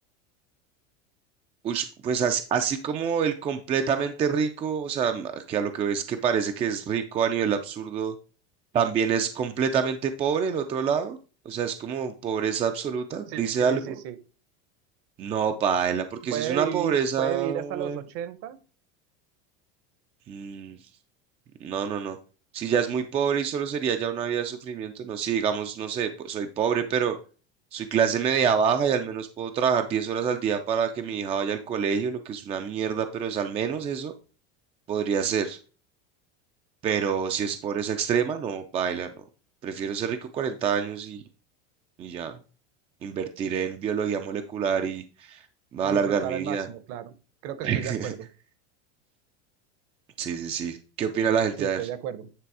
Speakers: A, on the right; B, on the right.
A: Ush, pues as- así, como el completamente rico, o sea, m- que a lo que ves que parece que es rico a nivel absurdo, También es completamente pobre el otro lado, o sea, es como pobreza absoluta,
B: Sí,
A: dice
B: sí,
A: algo.
B: sí, sí.
A: No, paila, porque
B: Puede
A: si es una
B: vivir,
A: pobreza...
B: puede vivir
A: eh,
B: hasta los 80
A: mm, no, no, no. Si ya es muy pobre y solo sería ya una vida de sufrimiento, no, si digamos, no sé, pues soy pobre, pero soy clase media baja y al menos puedo trabajar 10 horas al día para que mi hija vaya al colegio, lo que es una mierda, pero es al menos eso, podría ser. Pero si es pobreza extrema, no, paila, no. Prefiero ser rico 40 años y, y ya. invertiré en biología molecular y va
B: y
A: a alargar
B: disfrutar
A: mi
B: al
A: vida.
B: máximo, claro. Creo que
A: <laughs>
B: estoy de acuerdo.
A: Sí, sí, sí. ¿Qué opina la gente?
B: Sí, estoy
A: A ver.
B: de acuerdo.